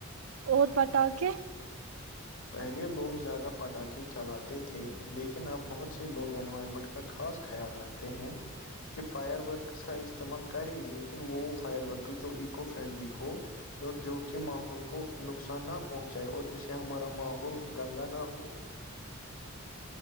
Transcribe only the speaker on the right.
اور پٹا کےے-